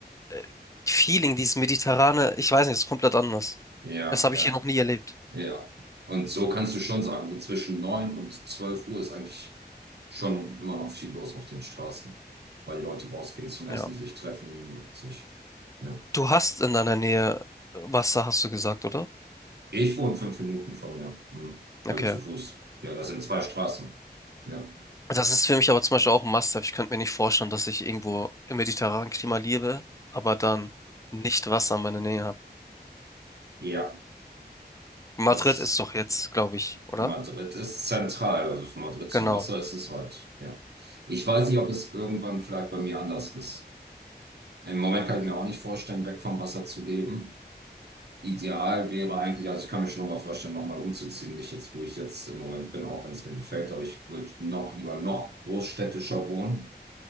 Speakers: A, on the left; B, on the right.
A: äh, Feeling, dieses mediterrane, ich weiß nicht, es ist komplett anders.
B: ja,
A: Das habe
B: ja.
A: ich hier noch nie erlebt.
B: Ja. Und so kannst du schon sagen, so zwischen 9 und 12 Uhr ist eigentlich schon immer noch viel los auf den Straßen, weil die Leute rausgehen zum Essen,
A: Ja.
B: sich treffen, sich. Ja.
A: Du hast in deiner Nähe Wasser, hast du gesagt, oder?
B: Ich wohne fünf Minuten von mir, hm. Also
A: Okay.
B: zu Fuß. Ja, das sind zwei Straßen. Ja.
A: Das ist für mich aber zum Beispiel auch ein Must-have. Ich könnte mir nicht vorstellen, dass ich irgendwo im mediterranen Klima lebe, aber dann nicht Wasser in meiner Nähe habe.
B: Ja,
A: Madrid
B: das
A: ist doch jetzt, glaube ich, oder?
B: Madrid ist zentral, also von Madrid
A: Genau.
B: zum Wasser ist es weit. Ja. Ich weiß nicht, ob es irgendwann vielleicht bei mir anders ist. Im Moment kann ich mir auch nicht vorstellen, weg vom Wasser zu leben. Ideal wäre eigentlich, also ich kann mir schon nochmal vorstellen, nochmal umzuziehen, nicht jetzt, wo ich jetzt im Moment bin, auch wenn es mir gefällt, aber ich würde noch lieber noch großstädtischer wohnen.